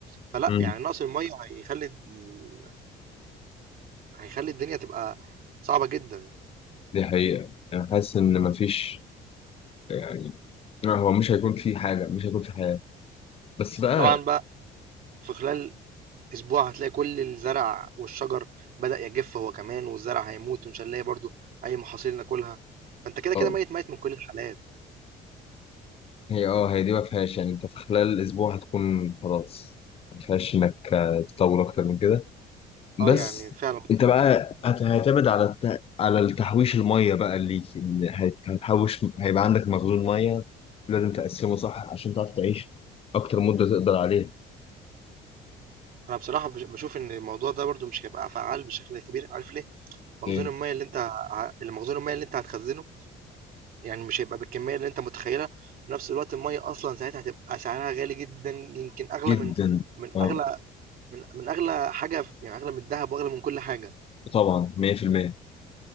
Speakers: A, on the right; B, on the left.
A: فلا
B: مم.
A: يعني نقص الميه هيخلي ال- هيخلي الدنيا تبقى صعبة جدا
B: دي حقيقه انا حاسس ان مفيش يعني لا، هو مش هيكون في حاجه مش هيكون في حياه بس بقى
A: طبعا بقى في خلال اسبوع هتلاقي كل الزرع والشجر بدأ يجف هو كمان والزرع هيموت ومش هنلاقي برضو اي محاصيل ناكلها فانت كده كده
B: آه،
A: ميت ميت من كل الحالات
B: هي اه هي دي ما فيهاش يعني انت في خلال اسبوع هتكون خلاص ما فيهاش انك آه، تطول اكتر من كده
A: اه
B: بس
A: يعني فعلا بالظبط.
B: انت بقى هت- هتعتمد على الت... على التحويش الميه بقى ليك ان هت- هتحوش هيبقى عندك مخزون ميه لازم تقسمه صح عشان تعرف تعيش اكتر مده تقدر عليها
A: انا بصراحه بش- بشوف ان الموضوع ده برضو مش هيبقى فعال بشكل كبير عارف ليه مخزون
B: ايه؟
A: الميه اللي انت ه- المخزون الميه اللي انت هتخزنه يعني مش هيبقى بالكميه اللي انت متخيلها في نفس الوقت الميه اصلا ساعتها هتبقى سعرها غالي جدا يمكن اغلى
B: جدا
A: من من
B: اه
A: اغلى من من اغلى حاجه يعني اغلى من الذهب واغلى من كل حاجه
B: طبعا 100%